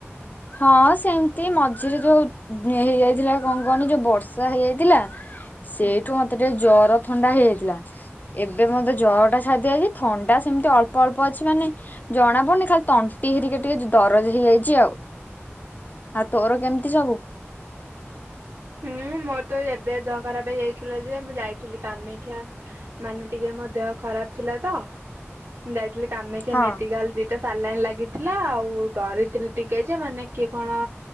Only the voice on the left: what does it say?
ହଁ ସେମତି ମଝିରେ ଯୋଉ ହେଇଯାଇଥିଲା କଣ କହନି ଯୋଉ ବର୍ଷା ହେଇଯାଇଥିଲା ସେଇଠୁ
ମତେ ଟିକେ ଜର ଥଣ୍ଡା ହେଇଯାଇଥିଲା। ଏବେ ମତେ ଜର ଟା ଛାଡିଯାଇଚି। ଥଣ୍ଡା ସେମିତି ଅଳ୍ପ ଅଳ୍ପ ଅଛି ମାନେ ଜଣା ପଡୁନି ଖାଲି ତଣ୍ଟି ହେରିକା ଟିକେ ଦରଜ ହେଇଯାଇଚି ଆଉ। ଆଉ ତୋର କେମତି ସବୁ?
ହଁ।